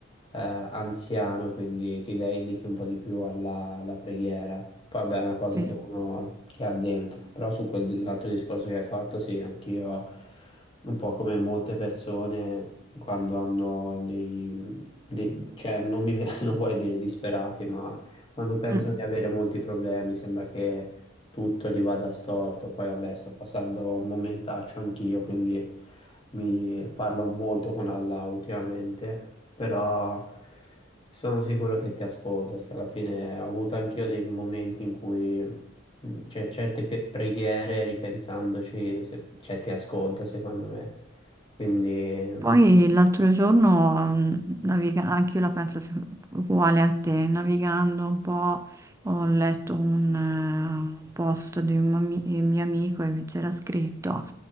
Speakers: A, on the left (about 30°); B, on the right (about 15°).
A: eh, anziano, quindi ti dedichi un po' di più alla, alla preghiera. Poi vabbè, è una cosa
B: sì.
A: che uno che ha dentro, però su quell'altro discorso che hai fatto, sì, anch'io, un po' come molte persone quando hanno dei, dei- cioè non mi, <laughs> non vuole dire disperati, ma quando penso
B: Mm.
A: di avere molti problemi, sembra che tutto gli vada storto. Poi, vabbè, sto passando un momentaccio anch'io, quindi mi parlo molto con Allah ultimamente, però sono sicuro che ti ascolto, perché alla fine ho avuto anch'io dei momenti in cui mm, c'è certe pi- preghiere, ripensandoci, se- cioè ti ascolta, secondo me. Quindi mh,
B: Poi l'altro giorno, mh, naviga- anche io la penso se- uguale a te, navigando un po', ho letto un, eh, un post di un ami- eh, mio amico e mi c'era scritto,